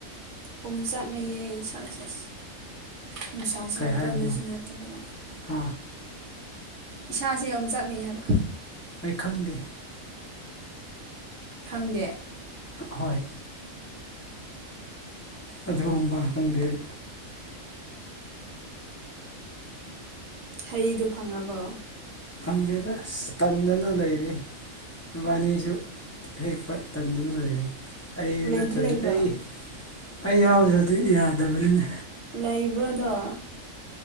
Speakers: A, on the right; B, on the left.
A: ꯄꯝ ꯆꯥꯛꯅꯌꯦ ꯏꯁꯥ ꯏꯁꯦꯁ ꯅꯨꯡꯁꯥꯁ
B: ꯀꯩ
A: ꯌꯥꯝ
B: ꯍꯥꯏꯕꯅꯣ
A: ꯀꯟꯁꯨ ꯅꯠꯇꯕꯀ
B: ꯍꯥ
A: ꯏꯁꯥꯁꯦ ꯌ ꯆꯠꯅꯩ ꯍꯥꯏꯕ
B: ꯑꯩ ꯈꯪꯗꯦ
A: ꯈꯪꯗꯦ
B: ꯍꯣꯏ ꯑꯗꯨꯒꯨꯝꯕ ꯈꯪꯗꯦ ꯑꯩ
A: ꯍꯩꯗꯣ ꯐꯪꯉꯕꯣ
B: ꯐꯪꯗꯦꯗ ꯇꯟꯗꯅ ꯂꯩꯔꯤ ꯕꯥꯅꯤꯁꯨ ꯍꯦꯛꯄ ꯇꯟꯗꯨꯅ ꯂꯩꯔꯤ ꯑꯩ
A: ꯂꯩꯗꯤ
B: ꯅꯠꯇ꯭ꯔꯗꯤ
A: ꯂꯩꯕ꯭ꯔꯥ
B: ꯑꯩ ꯑꯩ ꯌꯥꯎꯗ꯭ꯔꯗꯤ ꯌꯥꯗꯕꯅꯤꯅꯦ
A: ꯂꯩꯕ꯭ꯔꯥꯗꯣ